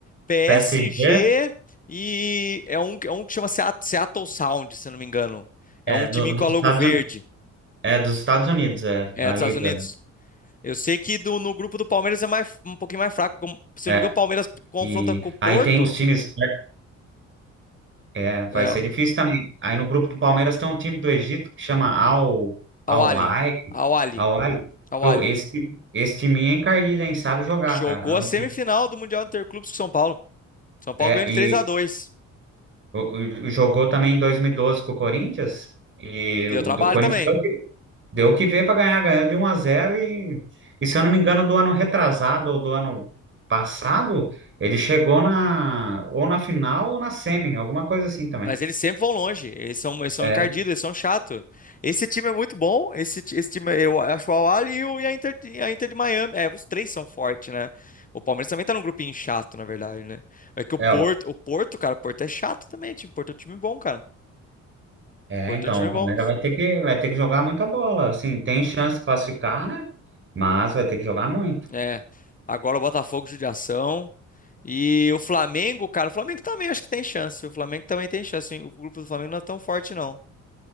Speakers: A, on the left; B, on the right.
A: PSG
B: PSG
A: e é um, é um que chama Seat- Seattle Sound, se eu não me engano. É
B: é
A: um
B: do-
A: timinho
B: dos
A: com a logo
B: Estados,
A: verde,
B: Uni- é dos Estados Unidos, é, da
A: é dos
B: Liga.
A: Estados Unidos.
B: né?
A: Eu sei que do- no grupo do Palmeiras é mais, um pouquinho mais fraco. como- se
B: É.
A: eu não me engano, o Palmeiras confronta
B: E
A: com o Porto.
B: aí tem os times. né? É, vai
A: É,
B: ser difícil também. Aí no grupo do Palmeiras tem um time do Egito que chama Al Al
A: Al Ahly,
B: Ahly,
A: Al Ahly,
B: Al Ahly.
A: Al
B: Pô,
A: Ahly.
B: esse esse time é encardido, hein? Sabe jogar,
A: Jogou
B: cara. É um
A: a semifinal
B: time-
A: do Mundial Interclubes com São Paulo. São Paulo
B: é,
A: ganhou
B: e
A: de 3 a 2.
B: o- o- o- jogou também em 2012 com o Corinthians e
A: Deu
B: o
A: trabalho
B: do Corinthians
A: também.
B: deu que deu que ver para ganhar, ganhou de 1 a 0 e, e se eu não me engano do ano retrasado ou do ano passado, ele chegou na ou na final ou na semi, alguma coisa assim também.
A: Mas eles sempre vão longe. Eles são, eles são
B: É,
A: encardidos, eles são chato. Esse time é muito bom. Esse, ti- esse time, eu acho o Al Ahly e, o- e a Inter, de- a Inter de Miami. É, os três são fortes, né? O Palmeiras também tá num grupinho chato, na verdade, né? É que o
B: é,
A: Porto, o Porto, cara, o Porto é chato também. Tipo, o Porto é um time bom, cara.
B: É,
A: O Porto
B: então,
A: é um time
B: o Palmeiras
A: bom.
B: vai ter que, vai ter que jogar muita bola. Assim, tem chance de classificar, né? Mas vai ter que jogar muito.
A: É. Agora o Botafogo, judiação. E o Flamengo, cara, o Flamengo também acho que tem chance. O Flamengo também tem chance. O grupo do Flamengo não é tão forte, não. O